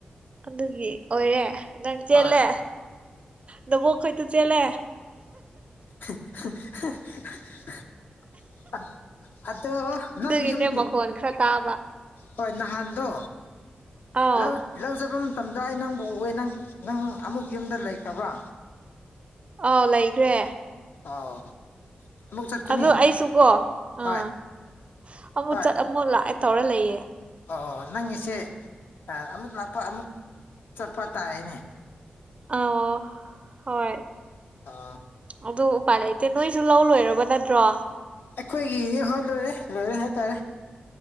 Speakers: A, on the right; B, on the left.
A: ꯑꯗꯨꯒꯤ ꯑꯣꯏꯔꯦ ꯅꯪ ꯆꯦꯜꯂꯦ
B: ꯍꯣꯏ
A: ꯅꯕꯣꯛꯈꯣꯏꯗ ꯆꯦꯜꯂꯦ
B: <unintelligible> ꯑꯗꯣ
A: ꯑꯗꯨꯒꯤꯅꯦ
B: ꯅꯪ ꯌꯨꯝ
A: ꯃꯈꯣꯟ ꯈꯔ ꯇꯥꯕ
B: ꯍꯣꯏ ꯅꯍꯥꯟꯗꯣ
A: ꯑꯥꯎ
B: ꯂꯧ ꯂꯧ ꯆꯠꯕ ꯃꯇꯝꯗ ꯑꯩ ꯅꯪꯕꯨ ꯎꯕꯅꯤ ꯅꯪ ꯅꯪ ꯑꯃꯨꯛ ꯌꯨꯝꯗ ꯂꯩꯈ꯭ꯔꯥꯕ꯭ꯔꯥ
A: ꯑꯥꯎ ꯂꯩꯈ꯭ꯔꯦ
B: ꯑꯣ ꯑꯃꯨꯛ ꯆꯠꯀꯅꯤ
A: ꯑꯗꯣ ꯑꯩꯁꯨꯀꯣ ꯑꯥ
B: ꯍꯣꯏ
A: ꯑꯃꯨꯛ
B: ꯍꯣꯏ
A: ꯆꯠ ꯑꯃꯨꯛ ꯂꯥꯛꯑꯦ ꯇꯧꯔ ꯂꯩꯌꯦ
B: ꯑꯣ ꯅꯪꯒꯤꯁꯦ ꯑꯃꯨꯛ ꯂꯥꯛꯄ ꯑꯃꯨꯛ ꯆꯠꯄ ꯇꯥꯔꯦꯅꯦ
A: ꯑ ꯍꯣꯏ
B: ꯑꯥ
A: ꯑꯗꯨ ꯎꯄꯥꯏ ꯂꯩꯇꯦ ꯅꯣꯏꯁꯨ ꯂꯧ ꯂꯣꯏꯔꯕ ꯅꯠꯇ꯭ꯔꯣ
B: ꯑꯩꯈꯣꯏꯒꯤꯗꯤ ꯍꯣꯏ ꯂꯣꯏꯔꯦ ꯂꯣꯏꯔꯦ ꯍꯥꯏꯇꯥꯔꯦ